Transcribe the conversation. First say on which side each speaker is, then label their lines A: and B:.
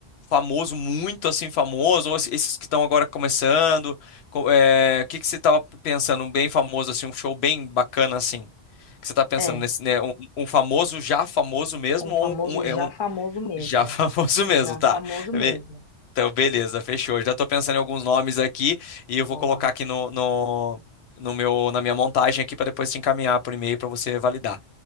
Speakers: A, on the left (about 65°); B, on the left (about 45°).
A: famoso, muito assim famoso, ou es- esses que estão agora começando? Co- é, O que que você estava pensando, um bem famoso assim, um show bem bacana assim? O que você está pensando
B: é
A: nesse, né, um, um famoso já famoso mesmo
B: um famoso
A: ou um, um- é
B: já
A: um
B: famoso mesmo.
A: já <laughs> famoso
B: Já
A: mesmo, tá?
B: famoso mesmo.
A: Be- Então, beleza, fechou. Eu Já estou pensando em alguns nomes aqui e eu vou
B: Boa.
A: colocar aqui no, no, no meu, na minha montagem aqui para depois te encaminhar por e-mail para você validar.